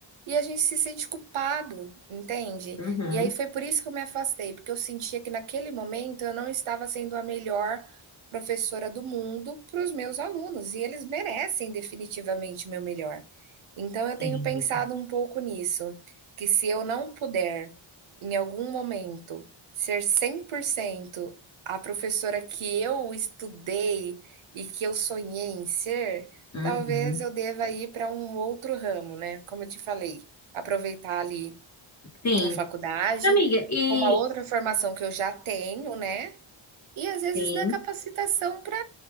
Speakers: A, on the right (about 75°); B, on the left (about 35°).
A: e a gente se sente culpado, entende?
B: uhum,
A: E aí foi por isso que eu me afastei, porque eu sentia que naquele momento eu não estava sendo a melhor professora do mundo para os meus alunos, e eles merecem definitivamente o meu melhor. Então eu
B: sim,
A: tenho pensado um pouco nisso, que se eu não puder, em algum momento, ser 100% a professora que eu estudei e que eu sonhei em ser,
B: uhum,
A: talvez eu deva ir para um outro ramo, né. Como eu te falei, aproveitar ali
B: sim.
A: a faculdade,
B: Amiga, e.
A: com uma outra formação que eu já tenho, né, e às vezes
B: Sim.
A: dar capacitação para